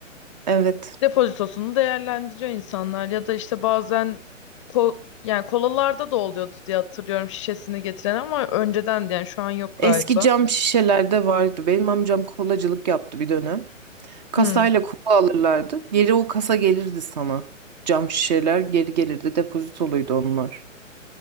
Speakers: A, on the right (about 35°); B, on the left (about 25°).
A: Evet.
B: depozitosunu değerlendiriyor insanlar ya da işte bazen ko yani kolalarda da oluyordu diye hatırlıyorum şişesini getiren ama önceden de yani şu an yok
A: Eski
B: galiba.
A: cam şişelerde vardı. Benim amcam kolacılık yaptı bir dönem. Kasayla
B: Hı.
A: kola alırlardı. Geri o kasa gelirdi sana. Cam şişeler geri gelirdi. Depozitoluydu onlar.